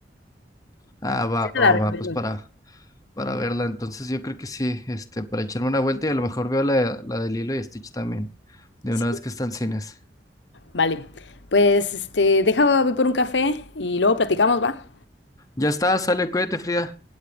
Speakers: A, on the left (about 20°); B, on the left (about 80°).
A: Ah, va,
B: Sí, te
A: va,
B: la recomiendo.
A: va, pues para, para verla. Entonces yo creo que sí, este, para echarme una vuelta y a lo mejor veo la, la de Lilo y Stitch también, de
B: Sí.
A: una vez que están en cines.
B: Vale, pues este, deja, voy por un café y luego platicamos, ¿va?
A: Ya está, sale, cuídate, Frida.